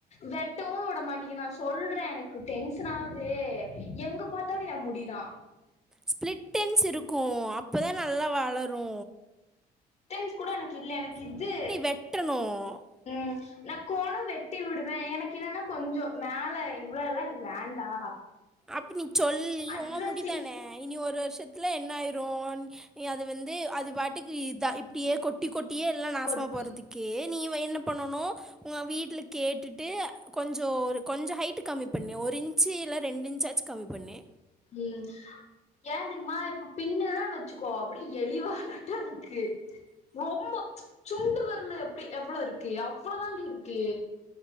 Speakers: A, on the left (about 40°); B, in the centre.
A: வெ டோ விட மாட்டேக்கின் நா சொல் ப்பர எனக்கு டென்ஷன் ஆவுத் தே எங்க பாத்தாலூ ஏ முடி தா
B: ஸ்பிளிட் என்ட்ஸ் இருக்கு அப்பதா நல்லா வளரு
A: டென்ஸ் கூட எனக்கு இல்ல எனக்கு இது
B: வெட்டணும்
A: உம் நா கோணம் வெட்டி விடுவேன் எனக்கு கென்னன்னா கொஞ்சோ மேல இவ்வளோலா எனக் வேண்டா
B: அப்ப நீ சொல்லி
A: அட்ரத்தி
B: ஓ முடிதானே இனி ஒரு வருஷத்துல என்ன ஆயிரும் நீ அது வந்து அது வாட்டுக்கு இது ஆ இப்டியே கொட்டி கொ டீ எல்லா நாசமா
A: கொட்டி
B: போறதிக்கு நீ ப்பா என்ன பண்ணனு உங்க வீட்டல கேட்டுட்டு கொஞ்சோ ஒரு கொஞ்ச ஹைட் கம்மி பண்ணி ஒரு இன்ச்சு இல்ல ரெண்டு இன்ச் சாச் கம்மி பண்ணி
A: உம் ஏ தெரிமா இப்ப பின்னே வச்சிக்கோ அப்டி எலி வாலா ட்டு இருக்கு ரொம்பொ சுண்டு வெரலு எப்டி எவ்ள இருக்கு அவ்ளோ தாண்டி இருக் ப்ளே